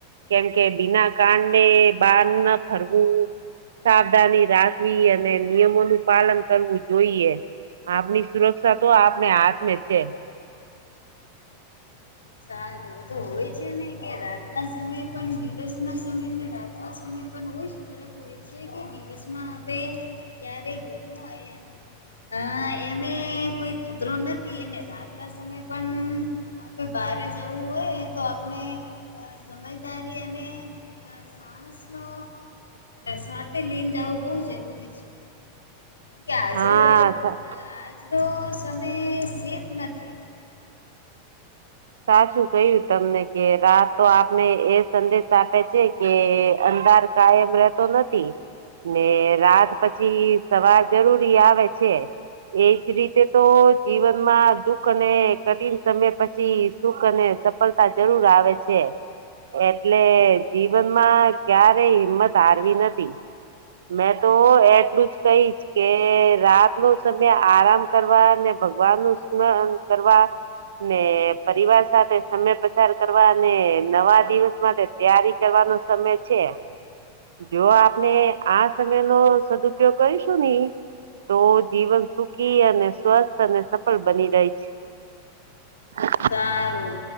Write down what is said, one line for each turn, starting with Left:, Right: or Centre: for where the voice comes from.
Right: કેમ કે બિના કાંને બાર ના ફરવું સાવધાની રાખવી અને નિયમો નું પાલન કરવું. જોઈએ આપની સુરક્ષા તો આપને હાથમે છે.
Left: સારું તો હોય છે, ને કે રાત ના સમયે પણ દિવસ ના સમય ને રાત તો આ સમય બહુંજ ફરક હોય છે કે દિવસમાં આપે ક્યારે ગુમોવું એમ અ એમે કોઈ ખતરો નથી એને રાત્રના સમયે પણ બહારે જવું હોય તો આપને સમજદારી અને સાહસનો સાથે લીન જવું બહુ જરૂરી છે. કેમ કે આજરો
Right: હા સા
Left: આજનો સમય સેફ નથી
Right: સાચું કહું તમને કે રાત તો આપણે એ સંદેશ આપે છે, કે અંધાર કાયમ રેતો નથી. ને રાત પછી સવાર જરૂરી આવે છે. એજ રીતે તો જીવનમાં દુઃખ અને કઠિન સમય પછી સુખ અને સફળતા જરૂર આવે છે. એટલે જીવનમાં ક્યારે હિંમત હારવી નથી મેં તો એટલું જ કહીશ કે રાત નો સમય આરામ કરવા ને ભગવાન નું સ્મરણ કરવા ને પરિવાર સાથે સમય પસાર કરવા અને નવા દિવસ માટે તૈયારી કરવાનો સમય છે.
Left: <inaudible>
Right: જો આપને આ સમયનો સદઉપયોગ કરીશું ને તો જીવન સુખી અને સ્વસ્થ અને સફળ બની જાય છે. હા.
Left: સારું.